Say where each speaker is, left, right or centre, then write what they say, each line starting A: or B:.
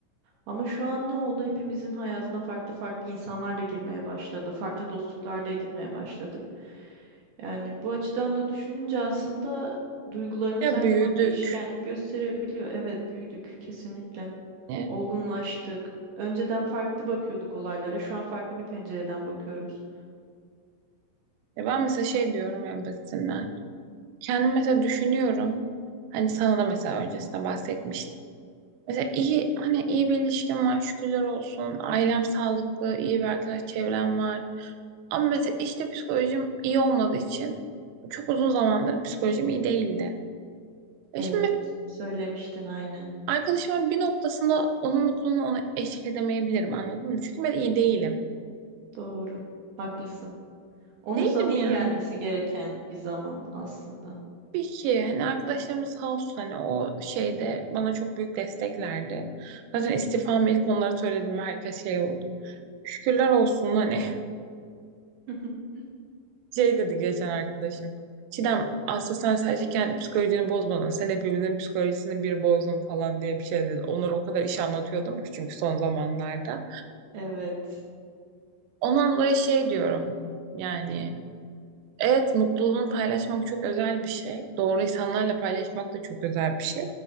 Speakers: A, on the right (about 70°); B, on the right (about 90°).
A: Ama şu an ne oldu? Hepimizin hayatına farklı farklı insanlar da girmeye başladı. Farklı dostluklar da edinmeye başladık. Yani bu açıdan da düşününce aslında Duygularımız
B: Ya
A: her
B: büyüdük.
A: zaman değişkenlik gösterebiliyor. Evet, büyüdük kesinlikle.
B: Yani
A: Olgunlaştık. Önceden farklı bakıyorduk olaylara. Şu an farklı bir pencereden bakıyoruz.
B: ya ben mesela şey diyorum en basitinden. Kendim mesela düşünüyorum. Hani sana da mesela öncesinde bahsetmiştim. Mesela iyi hani iyi bir ilişkim var şükürler olsun. Ailem sağlıklı, iyi bir arkadaş çevrem var. Ama mesela işte psikolojim iyi olmadığı için çok uzun zamandır psikolojim iyi değildi. E
A: Evet,
B: şimdi mesela
A: söylemiştin aynen.
B: arkadaşımın bir noktasında onun mutluluğuna ona eşlik edemeyebilirim anladın mı? Çünkü ben iyi değilim.
A: Doğru. Haklısın. Onun
B: Değilim
A: sana iyi
B: yani.
A: gelmesi gereken bir zaman aslında.
B: Tabii ki hani arkadaşlarımız sağ olsun hani o şeyde bana çok büyük desteklerdi. Zaten istifamı ilk onlara söylediğimde herkes şey oldu. Şükürler olsun hani
A: <laughs>
B: Şey dedi geçen arkadaşım. Çiğdem aslında sen sadece kendi psikolojini bozmadın. Sen hepimizin psikolojisini bir bozdun falan diye bir şey dedi. Onlara o kadar iş anlatıyordum ki çünkü son zamanlarda.
A: Evet.
B: Ondan dolayı şey diyorum yani evet mutluluğunu paylaşmak çok özel bir şey. Doğru insanlarla paylaşmak da çok özel bir şey.